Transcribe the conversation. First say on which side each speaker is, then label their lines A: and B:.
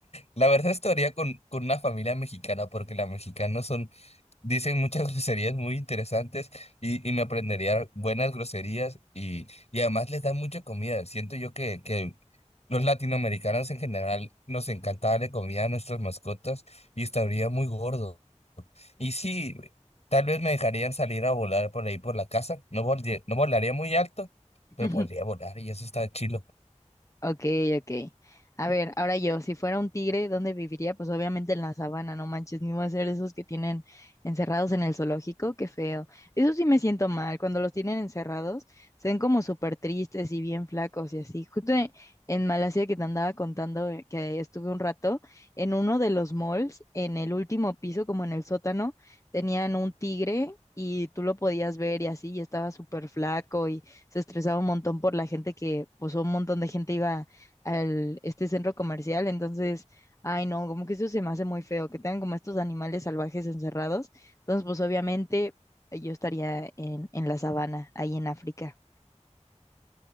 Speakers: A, on the left; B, on the left.
A: la verdad estaría con, con una familia mexicana, porque los mexicanos son, dicen muchas <laughs> groserías muy interesantes y, y me aprendería buenas groserías y, y además les dan mucha comida. Siento yo que, que los latinoamericanos en general nos encanta darle comida a nuestras mascotas y estaría muy gordo. Y sí, tal vez me dejarían salir a volar por ahí por la casa. No volde- no volaría muy alto,
B: <laughs>
A: pero podría volar y eso está chilo.
B: Ok, ok. A ver, ahora yo, si fuera un tigre, ¿dónde viviría? Pues obviamente en la sabana, no manches, ni voy a ser de esos que tienen encerrados en el zoológico, qué feo. Eso sí me siento mal, cuando los tienen encerrados, se ven como súper tristes y bien flacos y así. Justo e- en Malasia que te andaba contando eh, que estuve un rato, en uno de los malls, en el último piso, como en el sótano, tenían un tigre. Y tú lo podías ver y así, y estaba súper flaco se estresaba un montón por la gente que, pues un montón de gente iba al este centro comercial, entonces, ay no, como que eso se me hace muy feo, que tengan como estos animales salvajes encerrados. Entonces, pues obviamente yo estaría en, en la sabana, ahí en África.